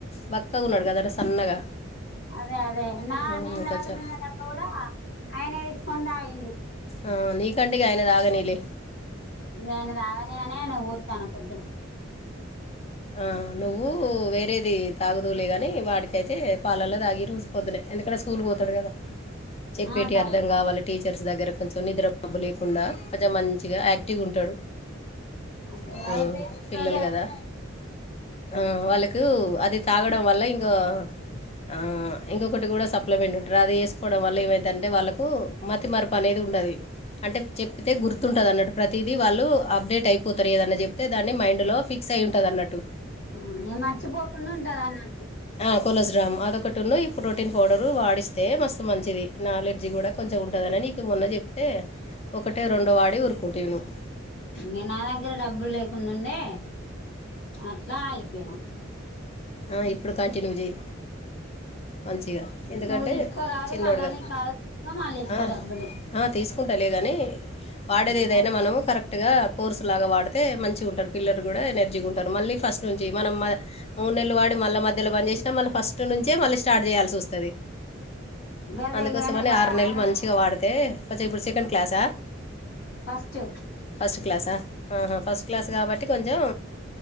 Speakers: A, on the left; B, on the left.
A: బక్కగున్నాడు కదరా సన్నగా
B: అదే అదే నా
A: ఉమ్,
B: నేను తాగనున్న
A: కొంచెం
B: డబ్బా కూడా ఆయనే తీసుకొని తాగిండు
A: ఆ నీ కంటే ఇగ అయన దాగనీలే
B: ఇంగా ఆయన తగనీ అనే ఆయనకు పోత్తానా పొద్దున
A: ఆ నువ్వు వేరేది తాగుదువులే గానీ వాడికైతే పాలల్లో తాగీ రోజు పొద్దునే ఎందుకంటే స్కూల్ కు పోతాడు కదా చెప్పేటి
B: ఆ తాగి
A: అర్థం కావాల టీచర్స్ దగ్గర కొంచెం నిద్ర మబ్బు లేకుండా పోదాం మంచిగా యాక్టివ్ ఉంటాడు
B: అదే
A: ఉ
B: అయిపోయి ఈ
A: పిల్లలు
B: రోజే అయి
A: కదా ఆ వాళ్ళకు అది తాగడం వల్ల ఇంకా ఆ ఇంకొకటి కూడా సప్లిమెంట్ ఉంట రా అది ఏసుకోవడం వల్ల ఏమైద్దంటే వాళ్ళకు మతిమరపు అనేది ఉండది అంటే చెప్పితే గుర్తుంటది అన్నట్టు ప్రతీదీ వాళ్ళు అప్డేట్ టై పోతారు ఏదన్నా చెప్తే దాన్ని మైండ్లో ఫిక్స్ అయ్యుంటది అన్నట్టు
B: ఊ ఏ మర్చిపోకుండా ఉంటరన్నట్టు
A: ఆ కొలెస్రాము అదొకటిన్ను ఈ ప్రోటీన్ పౌడరు వాడిస్తే మస్తు మంచిది నాలెడ్జీ కూడా కొంచెం ఉంటాదనే నీకు మొన్న చెప్తే ఒకటో రెండో వాడి ఊరుకుంటువి నువ్వు
B: ఇంక నా దగ్గర డబ్బులు లేకుండుండే అట్లా ఆగిపోయినా
A: ఆ ఇప్పుడు కంటిన్యూ చెయ్ మంచిగా ఎందుకంటే
B: నువ్వు తీసుకోరాదు
A: చిన్నోడు
B: మళ్ళా
A: గా
B: నీ కాడ మళ్ళీ ఇస్తా
A: ఆ
B: డబ్బులు
A: ఆ తీసుకుంటాలే గానీ వాడేది ఏదైనా
B: నువ్వు
A: మనము కర క్ట్ గా కోర్సు లాగా వాడితే మంచిగుంటరు పిల్లలు కూడా ఎనర్జీగుంటారు మళ్ళీ ఫస్ట్ నుంచి మనం మద మూడు నెళ్ళు వాడి మళ్ళా మధ్యలో బంద్ చేసినా మళ్ళా ఫస్ట్ నుంచే మళ్ళీ స్టార్ట్ చేయాల్సి ఒస్తది
B: గదే
A: అందుకోసమనే
B: ఇగ ఆయనకు
A: ఆరు నెలలు
B: ఆయనకు
A: మంచిగా వాడితే కొంచెం ఇప్పుడు సెకండ్ క్లాసా
B: ఫస్ట్
A: ఫస్ట్ క్లాసా ఆహా ఫస్ట్ క్లాస్ కాబట్టి కొంచెం